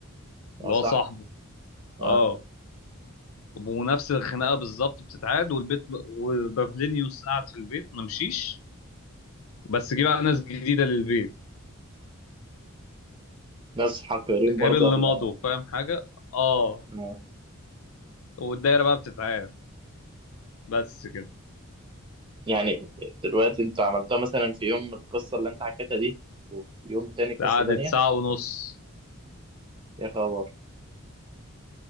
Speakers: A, on the left; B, on the right.
A: اللي
B: آه، صح
A: هو صاحبه
B: آه
A: اه ونفس الخناقه بالظبط بتتعاد والبيت وبافلينيوس قعد في البيت ما مشيش بس جه بقى ناس جديده للبيت
B: ناس حقيرين
A: غير
B: برضه
A: اللي
B: ولا
A: مضوا فاهم حاجه اه
B: آه.
A: والدايره بقى بتتعاد بس كده
B: يعني دلوقتي انت عملتها مثلا في يوم القصة اللي انت حكيتها دي وفي يوم تاني قصة
A: قعدت
B: تانية
A: ساعه ونص
B: يا خبر